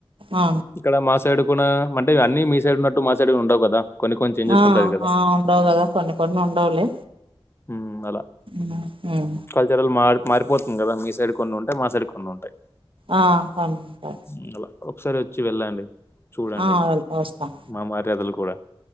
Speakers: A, on the right; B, on the left.
A: ఆ
B: ఇక్కడ మా స్ సైడ్ కూడా అంటే అన్నీ మీ సైడ్ ఉన్నట్టు మా సైడ్ ఉండవు కదా కొన్ని కొన్ని చేంజెస్
A: ఆ
B: ఉంటది కదా
A: ఆ ఉండవు కదా కొన్ని కొన్ని ఉండవులే
B: ఉమ్ అలా
A: ఉమ్ ఉమ్
B: కల్చర్ల్ మా మారిపోతుంది కదా మీ సైడ్ కొన్ని ఉంటాయి మా సైడ్ కొన్ని ఉంటాయి
A: ఆ సరే సరే
B: మ్మ్. అలా ఒకసారి వచ్చి వెళ్ళండి చూడండి
A: ఆ వెళ్తా వస్తాం
B: మా మర్యాదలు కూడా